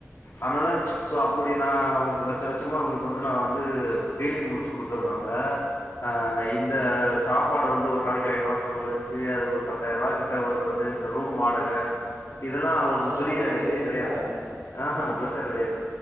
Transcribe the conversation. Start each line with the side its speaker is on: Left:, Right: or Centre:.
Left: அத்னால சோ அப்படினா உங்களுக் <unintelligible> லட்ச லட்சமா அவ்ங்களுக்கு வந்து நா து அப்ப டீலிங் முடி ச்சு குடுக்கறதுனால ஆ இந்த சாப்பாடு வந்து ஒரு நாளக்கி ஆய்ருவா செலவளிச் து அது ஒரு பத்தாயிர்ருவா கிட்ட வர்றது இந்த ரூம் வாடக இதெல்லா அவங்களுக்கு
Right: அதெல்லா
Left: <unintelligible> பெரிய
Right: வந்து அவங்களுக்கு
Left: இதே
Right: பெருசா
Left: கெடையாது
Right: வரல
Left: ஆஹ் ஹே
Right: ஆமா
Left: பெருசே கெடையாது